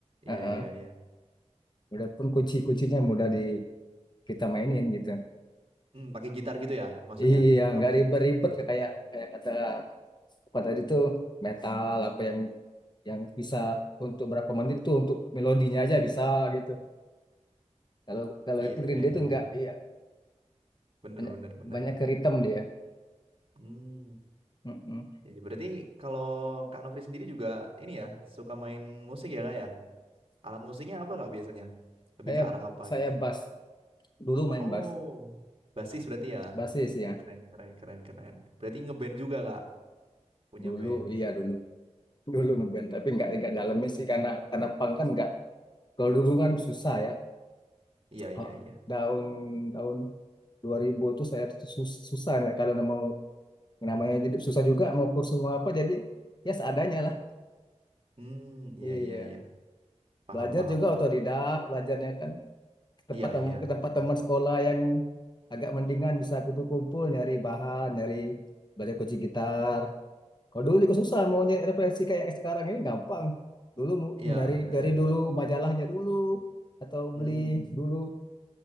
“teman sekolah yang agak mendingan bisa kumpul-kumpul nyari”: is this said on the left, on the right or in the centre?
Left